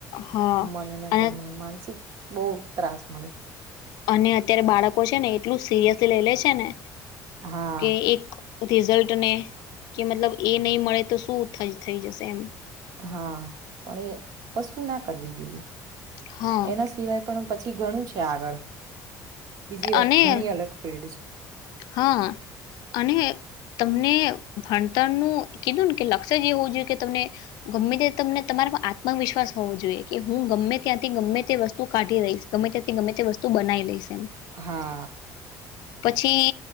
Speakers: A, on the left; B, on the right.
A: હા
B: મનને
A: અને
B: તમન માનસિક બહુ ત્રાસ મલે
A: અને અત્યારે બાળકો છે ને એટલું સિરિયસલી લઈ લે છે ને
B: હા
A: કે એક રિઝલ્ટ ને કે મતલબ એ નહી મળે તો શું થ-થઈ જશે એમ.
B: હા, પણ એ વસ્તુ ના કરવી જોઈએ.
A: હા
B: એના સિવાય પણ પછી ઘણું છે આગળ બીજી
A: અને
B: અહ ઘણી અલગ ફિલ્ડ છે.
A: હા અને તમને ભણતરનું કીધું ને કે લક્ષ્ય જ એ હોવું જોઈએ કે તમે ગમે તે તમને તમારામાં આત્મવિશ્વાસ હોવો જોઈએ કે હું ગમે ત્યાંથી ગમે તે વસ્તુ કાઢી લઈશ ગમે ત્યાંથી ગમે તે વસ્તુ બનાઈ લઈશ એમ.
B: હા.
A: પછી